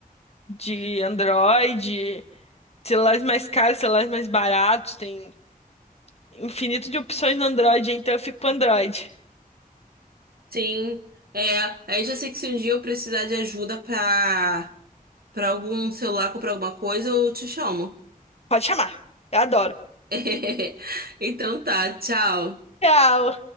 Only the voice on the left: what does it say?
de Android, celulares mais caros, celulares mais baratos, tem infinito de opções no Android, então eu fico com Android.
Pode chamar, eu adoro.
Tchau.